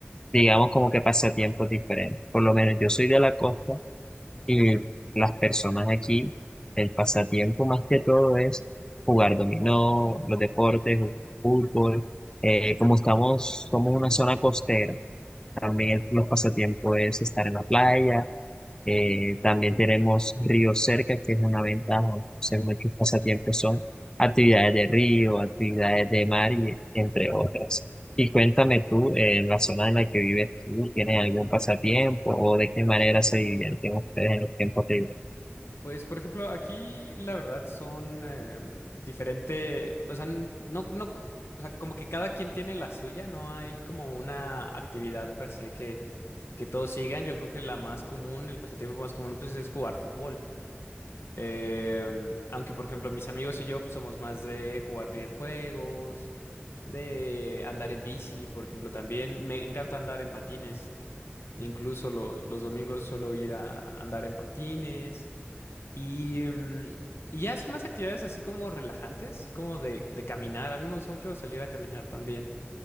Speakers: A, on the left; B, on the left.
A: digamos, como que pasatiempos diferentes. Por lo menos yo soy de la costa. Y las personas aquí, el pasatiempo más que todo es jugar dominó, los deportes, fútbol. Eh, como estamos, somos una zona costera, también los pasatiempos es estar en la playa, eh, también tenemos río cerca, que es una ventaja, o sea, muchos pasatiempos son actividades de río, actividades de mar y entre otras. Y cuéntame tú, eh, en la zona en la que vives tú, ¿tienes algún pasatiempo o de qué manera se divierten ustedes en los tiempos libres?
B: Pues, por ejemplo, aquí la verdad son em, diferente, o sea, n- no, no, c- o sea, como que cada quien tiene la suya, no hay como una actividad per se que, que todos sigan. Yo creo que la más común, el pasatiempo más común, pues es jugar fútbol. Em, aunque, por ejemplo, mis amigos y yo pues, somos más de jugar videojuegos, de andar en bici, por ejemplo, también. Me encanta andar en patines. Incluso los, los domingos suelo ir a andar en patines. Y, em, y ya son más actividades así como relajantes, como de, de caminar. A mí me gusta mucho salir a caminar también.